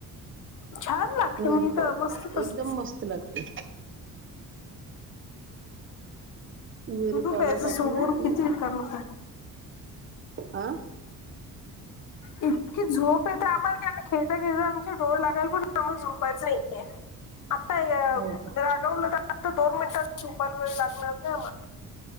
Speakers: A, on the left (about 60°); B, on the right (about 35°).
A: छान लागते
B: मिल्क
A: मी
B: पावडर
A: तर मस्त तस
B: एकदम मस्त लागते. मीरी
A: तू
B: पावडर
A: प्यायचं
B: टाकली
A: सोडून
B: ना की
A: किती रिकाम होत
B: हां
A: इतकी झोप येते आम्हाला की आम्ही खेळता खेळता आमची डोळ लागाल पण आम्हाला झोपायचं आता अ
B: हो का
A: रागवलं तर आता दोन मिनटांत झुपायला वेळ लागणार नाय आम्ह